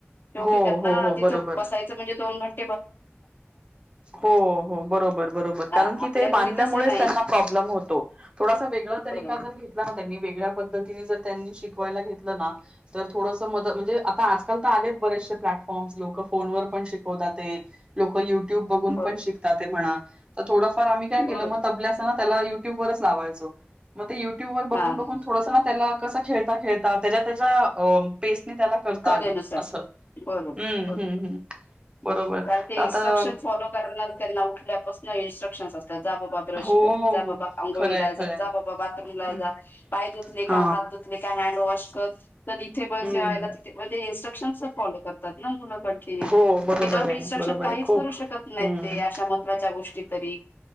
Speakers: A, on the left; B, on the right.
A: शेवटी
B: हो
A: त्यांना
B: हो
A: ना
B: हो
A: तिथं
B: बरोबर
A: बसायचं म्हणजे दोन म्हट
B: हो हो बरोबर बरोबर
A: हा
B: कारण की
A: आपल्या
B: ते
A: घरी
B: बांधल्यामुळे
A: तसं नाही
B: त्यांना प्रोब्लम होतो थोडासा वेगळ काय
A: बरोबर
B: तरी हा त्यानी वेगळ्या पद्धतीने जर त्यांनी शिकवायला घेतलं ना तर थोडस मत म म्हणजे आता आजल हल्ली अनेक बरेचसे प्लॅटफॉर्म्स लोक फोनवर पण शिकवतात ते लोक युट्यूब बघून
A: बरोबर
B: पण शिकतात ते म्हणा तर थोडंफार आम्ही काय केलं
A: बरोबर
B: मग तबल्यासह ना त्या युट्यूबरच लावायचो मग ते युट्यू वर बघून
A: हा
B: बघून
A: हा
B: थोडस मग त्याला कस खेळता खेळ त्याच्या त्याच्या अ तेच ती त्याला करता
A: कलेनुसार
B: आलं अस
A: बरोबर
B: हम्म्म्
A: बरोबर
B: बरोबर
A: कारण ते
B: तर
A: इन्स्ट्रक्शन
B: आता
A: फॉलो करणार त्यांना उठल्यापासून इन्स्ट्रक्शन असतात जा बाबा ब्रश
B: हो
A: कर जा
B: हो
A: बाबा आघोळीला
B: खरंय
A: जा
B: खरंय
A: जा बाबा बाथरूमला
B: हम्म.
A: जा पाय धुतले
B: हा.
A: का हात धुतले क हनडवाश बस तर इथे बस
B: हम्म
A: जेवायला तिथे बस म्हणजे इन्स्ट्रक्शन फॉलो करतात ना मुलं करतील
B: हो बरोबर
A: विदाऊट
B: आहे
A: इन्स्ट्रक्शन
B: बरोबर
A: काहीच
B: आहे खूप
A: करूच शकत नाहीत
B: हम्म.
A: ते अशा महत्वाच्या गोष्टी कधी